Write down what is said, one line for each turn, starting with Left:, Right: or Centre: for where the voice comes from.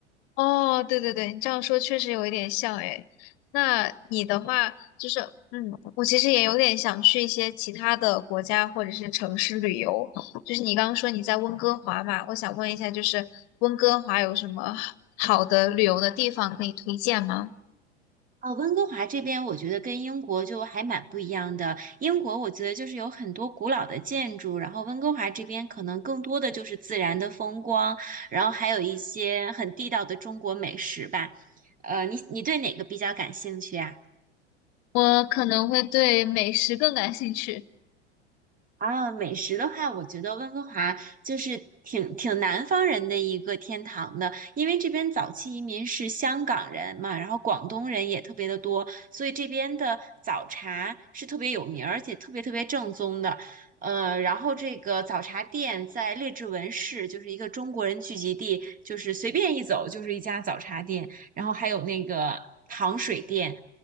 Left: 哦，对对对，你这样说确实有一点像诶。那你的话就是，嗯，我其实也有点想去一些其他的国家或者是城市旅游。就是你刚刚说你在温哥华嘛，我想问一下，就是温哥华有什么好的旅游的地方可以推荐吗？
Right: 呃，温哥华这边我觉得跟英国就还蛮不一样的。英国我觉得就是有很多古老的建筑，然后温哥华这边可能更多的就是自然的风光，然后还有一些很地道的中国美食吧。呃，你你对哪个比较感兴趣啊？
Left: 我可能会对美食更感兴趣。
Right: 啊，美食的话，我觉得温哥华就是挺挺南方人的一个天堂的，因为这边早期移民是香港人嘛，然后广东人也特别的多，所以这边的早茶是特别有名儿，而且特别特别正宗的。呃，然后这个早茶店在列治文市，就是一个中国人聚集地，就是随便一走就是一家早茶店，然后还有那个糖水店，